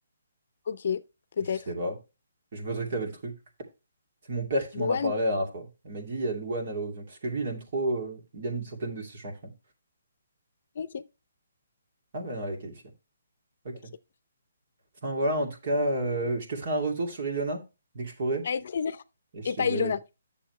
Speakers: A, on the left; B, on the right.
A: Ok, peut-être.
B: Je sais pas. Je pensais que t'avais le truc. C'est mon père qui
A: Douane.
B: m'en a parlé la dernière fois. Il m'a dit, il y a Louane à l'horizon. Parce que lui, il aime trop, euh, il aime certaines de ses chansons.
A: Ok,
B: Ah ben non, elle est qualifiée. Ok.
A: ok.
B: Enfin voilà, en tout cas, euh, je te ferai un retour sur Ilona, dès que je pourrai.
A: Avec plaisir.
B: Et je
A: Et
B: te
A: pas
B: dirai,
A: Ilona.